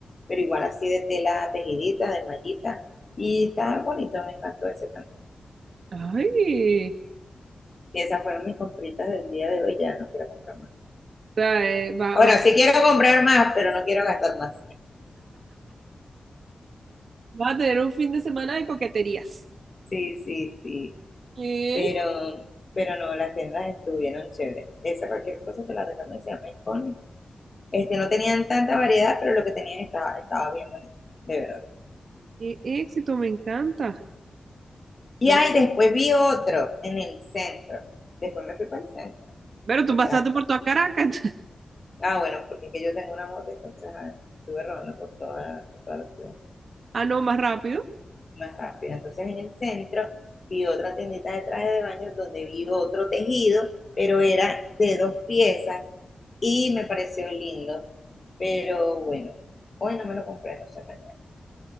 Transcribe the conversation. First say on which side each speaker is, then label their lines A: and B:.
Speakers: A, on the left (about 30°); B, on the right (about 65°).
A: pero igual así de tela tejidita, de mallita. Y estaba bonito, me encantó ese también.
B: Ay, o
A: Y esas fueron mis compritas del día de hoy, ya no quiero comprar más.
B: sea, eh, va,
A: Bueno,
B: va,
A: sí quiero comprar más, pero no quiero gastar más.
B: va a tener un fin de semana de coqueterías.
A: Sí, sí, sí.
B: ¿Qué?
A: Pero, pero no, las tiendas estuvieron chéveres. Esa cualquier cosa te la recomiendo, se llama Iconic. Este, no tenían tanta variedad, pero lo que tenían estaba, estaba bien bonito, de verdad.
B: Qué éxito, me encanta.
A: Y
B: No,
A: ahí después vi otro en el centro. Después me fui para el centro
B: pero tú
A: de
B: pasaste
A: Caracas
B: por toda Caracas. <laughs>
A: Ah, bueno, porque es que yo tengo una moto, entonces ah, estuve rodando por toda, por toda la ciudad.
B: Ah, no, más rápido.
A: Más rápido. Entonces en el centro vi otra tiendita de traje de baño donde vi otro tejido, pero era de dos piezas y me pareció lindo. Pero bueno, hoy no me lo compré, no sé mañana.